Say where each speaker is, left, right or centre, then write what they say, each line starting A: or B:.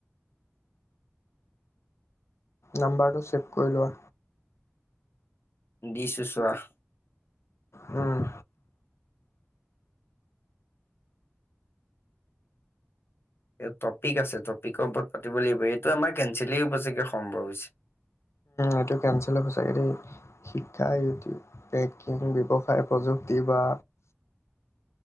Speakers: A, on the left (about 75°); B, on the left (about 55°).
A: নাম্বাৰটো ছেভ কৰি লোৱা।
B: দিছোঁ চোৱাহ
A: উম।
B: এই টপিক আছে টপিকৰ ওপৰত পাতিব লাগিব এইটো আমাৰ কেনচেলে হব চাগে সম্ভৱ হৈছে।
A: এইটো কেঞ্চেল হ'ব চাগে দেই শিক্ষা
B: উম,
A: ইউটি পেকিং ব্যৱ প্ৰযুক্তি বা